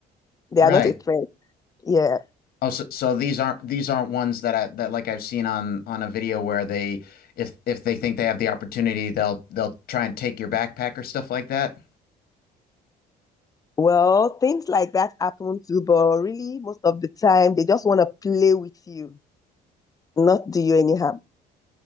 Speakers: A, on the left; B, on the left.
A: They
B: Right.
A: are not a threat. Yeah.
B: Oh, so, so these aren't these aren't ones that I that like I've seen on on a video where they if if they think they have the opportunity, they'll they'll try and take your backpack or stuff like that.
A: Well, things like that happen too, but really, most of the time, they just want to play with you, not do you any harm.